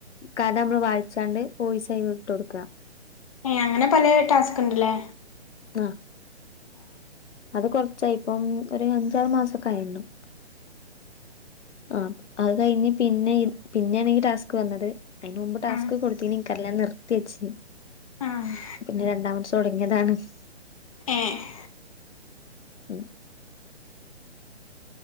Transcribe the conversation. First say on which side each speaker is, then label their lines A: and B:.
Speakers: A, on the left; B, on the left.
A: കഥ നമ്മള് വായിച്ചാണ്ട് ഓയിസായി വിട്ടൊട്ക്കാ
B: ഏഹ് അങ്ങനെ പലേ ടാസ്ക്ണ്ട്ലേ
A: ആഹ്
B: ആഹ്
A: അത് കൊറച്ചായിപ്പം ഒരു അഞ്ചാറ് മാസൊക്കെ ആയിണ്ടാവും ആഹ് അത് കഴിഞ്ഞ് പിന്നെ പിന്നേണ് ഈ ടാസ്ക് വന്നത് അതിന് മുമ്പ് ടാസ്ക്
B: ആഹ്
A: കൊടുത്തിനോ ഇന്ക്ക് അറീല ഞാൻ നിർത്തി വച്ച്
B: ആഹ്
A: പിന്നെ രണ്ടാമത്ത് തൊടങ്ങിയതാണിത്
B: ഏഹ്
A: ഉം